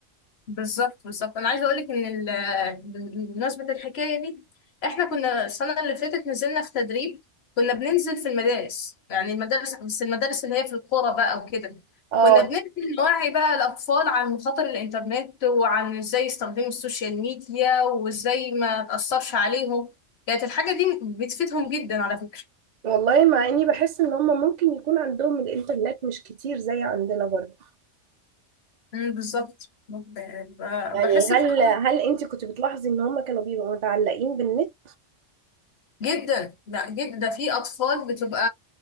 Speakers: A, on the left; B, on the right.
A: بالظبط بالظبط انا عايزه اقول لك ان ال- بمناسبه الحكايه دي احنا كنا السنه اللي فاتت نزلنا في تدريب كنا بننزل في المدارس يعني المدارس بس المدارس اللي هي في القرى بقى وكده
B: اه
A: كنا بننزل نوعي بقى الاطفال عن مخاطر الانترنت وعن ازاي يستخدموا السوشيال ميديا وازاي ما تاثرش عليهم كانت الحاجه دي بتفيدهم جدا على فكره
B: والله مع اني بحس ان هم ممكن يكون عندهم الانترنت مش كتير زي عندنا برضو
A: أمم، بالظبط ب- ب-
B: يعني
A: بحس بصراحة
B: هل هل انت كنت بتلاحظي ان هم كانوا بيبقوا متعلقين بالنت
A: جدا لا جدا ده في اطفال بتبقى